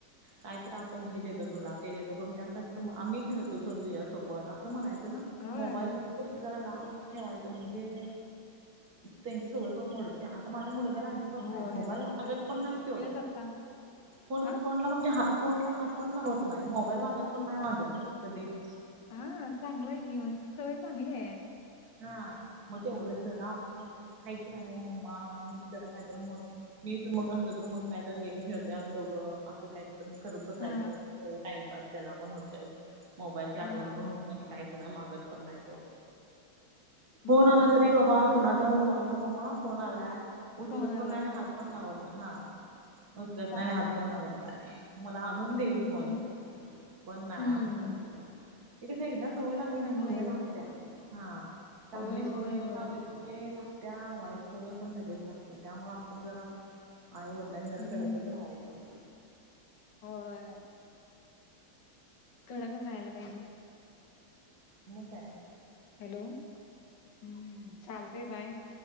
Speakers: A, on the right; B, on the left.
A: काय तर आपण हे
B: हम्म
A: देतो तुला. ते देतो करून आम्ही खेळतो चल तुझ्यासोबत असं म्हणायचं. त्यांना
B: होय.
A: मोबाईल पासून जरा लांब ठेवायचं म्हणजे. त्यांची सवय पण मोडत्या आता माझ्या मुलगाला आजिबात
B: होय
A: नाही मोबाईल ला मागत
B: खरंच
A: पण
B: की
A: नाई त्यो.
B: तेच आता
A: फोन
B: हा
A: फोनला माझ्या हात फोन ला हात पण लावत नाय मोबाईल मागत पण नाही माझा तो कधीचं.
B: हां चांगलंय की मग सवय चांगलीय.
A: हा म ते ओरडत जाणार हाय की नाय ओ मम्मा म जरा नायतर मंग? मी इंथ मग असलं तर मग काय तर गेम खेळतोय आम्हीं दोघं असं काय तर मग करंत बसायचं
B: हा
A: टाइम पा त्याला पण होतय मोबाईलची
B: हा
A: आठवण पण होत काहीच नाही मागत पण नाही त्यो. फोन
B: हम्म
A: आला तरी बाबा कुणाचा म्हणू फोन आला तर मम्मा फोन आलाय उचलत
B: फोन आलाय
A: पण नाही हात फोन लावतं हां
B: हम्म
A: उचलत
B: चांगलाय
A: नाई आणि हात पण लावत नाय मला आणून देईल
B: हम्म
A: फोन पण नाय
B: हम्म
A: असलं. ते कस एकदा सवय लागली
B: चांगलाय
A: न सवय लागत्या,
B: की
A: हां चांगली
B: होय
A: सवय
B: होय होय
A: लावली. ते लागत्या वाईट सवय पण लगेच लागत्या त्यामुळें पण जरा आई वडीलांनी
B: हम्म
A: जरा कडकच राहायचं
B: होय कडकच राहायला पाहिजे.
A: म काय?
B: हॅलो हम्म चालतंय बाय.